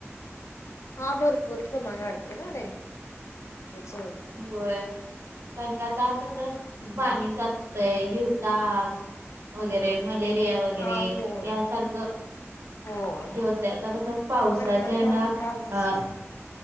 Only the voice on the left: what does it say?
हा भरपूर प्रमाण वाढतय ना डाूव
हम्म.
हा होय
होय.
मच्छर चावतात
त्यामुळेच
काय